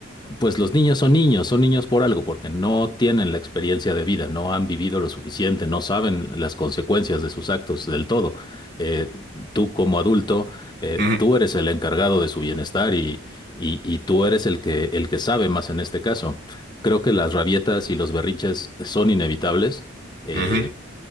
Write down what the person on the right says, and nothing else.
ujú,
ujú.
ujú.